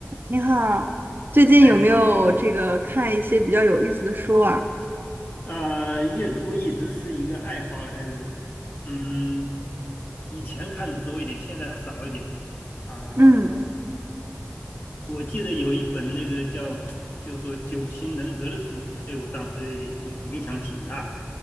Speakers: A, on the right (about 45°); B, on the left (about 50°).
A: 你好，最近有没有这个看一些比较有意思的书啊？
B: 哎，呃，阅读一直是一个爱好来着的，嗯，以前看的多一点，现在少一点啊，
A: 嗯，
B: 我记得有一本那个叫，就说《九型人格》的书，对我当时影影响挺大的。